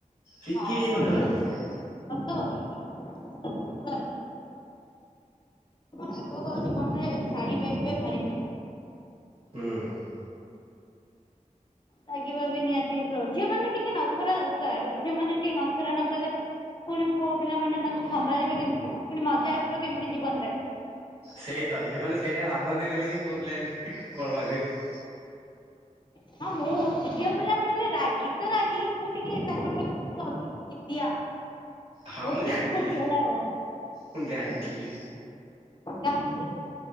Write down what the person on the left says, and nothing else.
ହଁ
କଥା ସତ କଥା ଏଇଟା। ପୁରା ରାଗି ଆଗକୁ ଆଉ ଜୀବନରେ ଛାଡ଼ି <unintelligible>
ରାଗିବାବି ନିହାତି ଝିଅ ମାନେ ଟିକେ ନଖରା ଦରକାର ଝିଅ ମାନେ ଟିକେ ନଖରା ନ କଲେ। ଫୁଣି ପୁଅ ପିଲାମାନେ ତାଙ୍କୁ ସମ୍ଭାଳିବେ କେମିତି ଫୁଣି ମଜା ଆସିବ କେମିତି ଜୀବନ <unintelligible>
ହଁ ମୁଁ ଝିଅ ପିଲା ମାନେ ରାଗି ତ ରାଗି ମୁଁ ଟିକେ ତାଙ୍କ ଠାରୁ ଟିକେ ଅଧି ଜିଦିଆ
ବୋହୁତ
ଜିଦଖୋର
ଝିଅଟା ଆଉ।
କାହିଁକି।